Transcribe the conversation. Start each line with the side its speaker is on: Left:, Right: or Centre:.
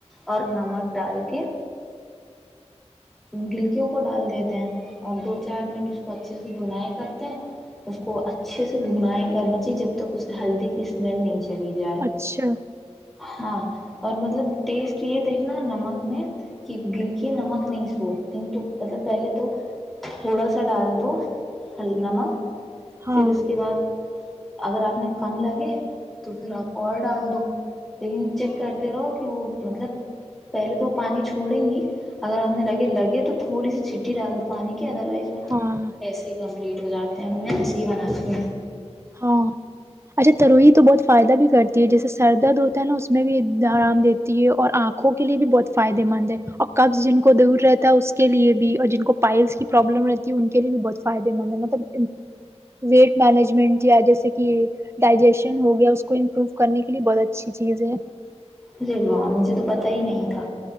Centre: اور نمک ڈال کے گلکیوں کو ڈال دیتے ہیں اور دو چار منٹ اس کو اچھے سے بنائی کرتے ہیں اس کو اچھے سے بنائی کرنا چاہیے جب تک اسے ہلدی کی اسمیل نہیں چاہی چلی جائے
Right: اچھا
Centre: ہاں اور مطلب ٹیسٹ یہ دیکھنا نمک میں کہ گلک نمک نہیں س سوکھ د تو مطلب پہلے تو تھوڑا سا ڈال دو ہل نمک
Right: ہاں
Centre: پھر اس کے بعد اگر آپ نے کم لگے تو پھر آپ اور ڈال دو لیکن چیک کرتے رہو کہ وہ مطلب پہلے تو پانی چھوڑیں گی اگر آپ نے لگے لگے تو تھوڑی سی چھٹی ڈال دو پانی کی ادروائز وہ
Right: ہاں
Centre: ایسے ہی کم کمپلیٹ ہو جاتے ہیں میں ایسے ہی بنا سوں
Right: ہاں اچھا تروہت تو بہت فائدہ بھی کرتی ہے جیسے سر درد ہوتا ہے نا اس میں بھی آرام دیتی ہے اور آنکھوں کے لیے بھی بہت فائدے مند ہے اور قبض جن کو دور رہتا ہے اس کے لیے بھی اور جن کو پائلس کی پروابلم رہتی ہے ان کے لیے بھی بہت فائدے مند ہے مطلب ویٹ مینجمنٹ جیسے کہ ڈائجیشن ہو گیا اس کو امپروو کرنے کے لیے بہت اچھی چیز ہے
Centre: ارے واہ مجھے تو پتا ہی نہیں تھا